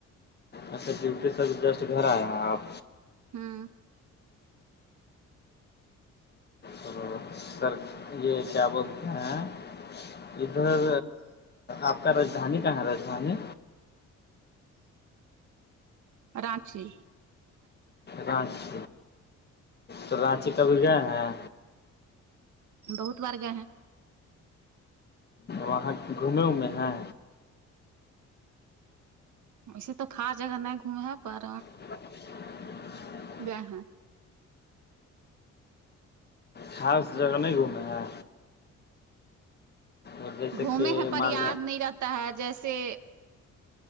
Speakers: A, on the left; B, on the right.
A: اچھا جلتے سب جسٹ گھر آیا آپ
B: ہاں
A: تو سر یہ کیا بولتے ہیں ہیں ادھر آپ کا راجدھانی کہاں ہے راجدھانی
B: رانچی
A: رانچی تو رانچی کبھی گئے ہیں
B: بہت بار گئے ہیں
A: وہاں گھومے وومے ہیں
B: وسے تو کا جگہ نہیں گھومیں پر
A: ا
B: گا ہاں
A: خا جگہ نہیں گھومنا ہے ادسک
B: گھومے ہیں پر
A: معال
B: یاد نہیں رہتا ہے جیسے